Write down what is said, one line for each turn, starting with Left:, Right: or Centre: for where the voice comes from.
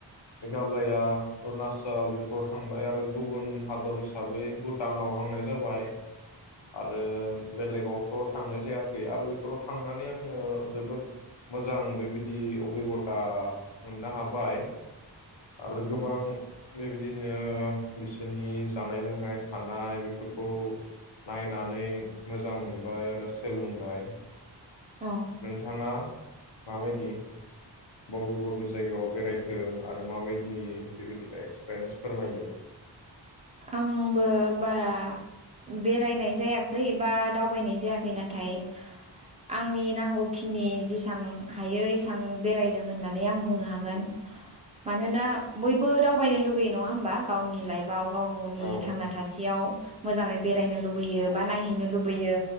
Left: मेघालया अरुणाचल बेफोराव थांबाय आरो गुबुन हादर हिसाबै भुटानाव हांनाय जाबाय। आरो बेलेगावथ' थांनाय जायाखै आरो बेफोराव थांनानै आङो जोबोद मोजां बेबायदि अभिगटा मोननो हाबाय। आरो गोबां बेबायदिनो बिसोरनि जानाय-लोंनाय थानाय बेफोरखौ नायनानै मोजां मोनबाय आरो सोलोंबाय।
Right: औ
Left: नोंथाङा माबायदि बबे बबे जायगायाव बेरायखो आरो माबायदि बेबायदि एक्सपिरियेन्स फोरमायदो।
Right: आंबो बारा बेरायनाय जायाखै बा दावबायनाय जायाखै नाथाय आंनि नांगौखिनि जेसबां हायो एसबां बेरायदों होननानै आं बुंनो हागोन मानोना
Left: औ
Right: बयबो दावबायनो लुगैयो नङा हबा गावनि लाइफआव। गाव गावनि
Left: औ
Right: थांना थासेयाव। मोजाङै बेरायनो लुबैयो बा नायहैनो लुबैयो